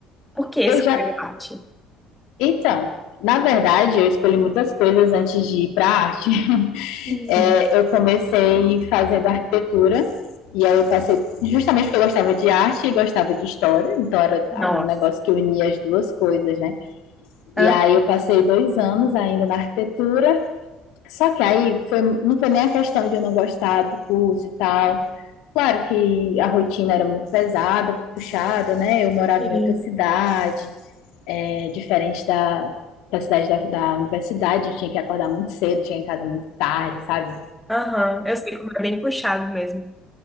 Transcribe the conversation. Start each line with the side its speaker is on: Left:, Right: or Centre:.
Centre: Por que escolher
Left: Eu já.
Centre: arte?
Left: Então, na verdade, eu escolhi muitas coisas antes de ir pra arte. <laughs>
Centre: Hum,
Left: É, eu comecei fazendo arquitetura. E aí eu passei justamente porque eu gostava de arte e gostava de história, então era
Centre: Nossa.
Left: é um negócio que unia as duas coisas, né?
Centre: Hã?
Left: E aí eu passei dois anos ainda na arquitetura, Só que aí foi, não foi nem a questão de eu não gostar do curso e tal. Claro que a rotina era muito pesada, puxada, né? Eu morava
Centre: Sim.
Left: em outra cidade, é, diferente da, da cidade da, da universidade, eu tinha que acordar muito cedo, tinha em casa muito tarde, sabe?
Centre: Aham. Eu sei como é bem puxado mesmo.